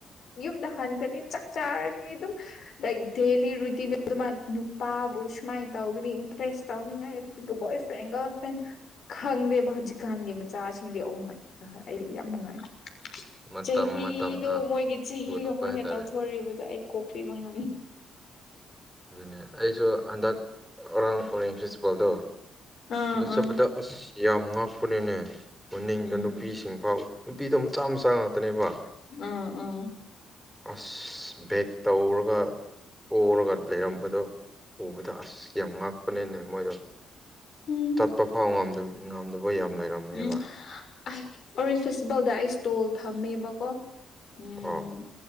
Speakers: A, on the left (about 60°); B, in the centre.
A: ꯨꯝꯗꯍꯟꯈ꯭ꯔꯅꯤ ꯆꯥꯛ ꯆꯥꯔꯅꯤ ꯑꯗꯨꯝ ꯂꯥꯏꯛ ꯗꯦꯂꯤ ꯔꯨꯇꯤꯟ ꯅꯨꯄꯥꯕꯨ꯫ ꯃꯥꯏꯟ ꯇꯧꯒꯅꯤꯔꯤ ꯏꯝꯄ꯭ꯔꯦꯁ ꯇꯧ ꯉꯥꯏ ꯣ ꯐ꯭ꯔꯦꯟ ꯔꯜ ꯐ꯭ꯔꯦꯟ ꯈꯪꯗꯦꯕ꯫ ꯏꯀꯥꯟꯒꯤ ꯃꯆꯥꯁꯤꯡꯗꯤ ꯎꯃꯩ ꯑꯩꯗꯤ ꯌꯥꯝ ꯅꯨꯡꯉꯥꯏ꯫
B: ꯃꯇꯝ
A: ꯆꯍꯤꯗꯣ
B: ꯃꯇꯝꯅ
A: ꯃꯣꯏꯒꯤ ꯆꯍꯤꯒ
B: ꯄꯨꯔꯛꯄ
A: ꯃꯣꯏꯅ
B: ꯍꯥꯏꯇꯥꯔꯦ
A: ꯇꯧꯊꯣꯔꯔꯤꯕꯗꯣ ꯑꯩ ꯀꯣꯀꯂꯤ ꯉ
B: ꯑꯗꯨꯅꯦ ꯑꯩꯁꯨ ꯍꯟꯗꯛ ꯑꯔꯥꯡ ꯐꯔꯦ ꯄ꯭ꯔꯤꯆꯄꯥꯜꯗꯣ
A: ꯑꯥ
B: ꯑ ꯆꯠꯄꯗ
A: ꯑꯥ
B: ꯑꯁ ꯌꯥꯝ ꯉꯥꯛꯄꯅꯤꯅꯦ ꯃꯅꯤꯡꯗ
A: ꯎꯝ
B: ꯅꯨꯄꯤꯁꯤꯡ ꯐꯥꯎꯋ ꯅꯨꯄꯤꯗꯣ ꯆꯥ ꯃ ꯆꯥ ꯉꯥꯛꯇꯅꯦꯕ
A: ꯑ ꯎꯥ
B: ꯑꯁ ꯕꯦꯛ ꯇꯧꯔꯒ ꯑꯣꯔꯒ ꯂꯩꯔꯝꯕꯗꯣ ꯎꯕꯗ ꯑꯁ ꯌꯥꯝ ꯉꯥꯛꯄꯅꯤꯅꯦ ꯃꯣꯏꯗꯣ
A: ꯎꯝ
B: ꯆꯠꯄ ꯐꯥꯎ ꯉꯝꯗꯕ ꯌꯥꯝ ꯂꯩꯔꯝꯃꯦꯕ
A: ꯎꯝ ꯑꯩ ꯑꯣꯔꯦꯟꯖ ꯐꯦꯁꯇꯤꯚꯦꯜꯗ ꯑꯩ ꯏꯁꯇꯣꯜ ꯐꯝꯃꯦꯕꯀꯣ ꯎꯝ
B: ꯑꯣ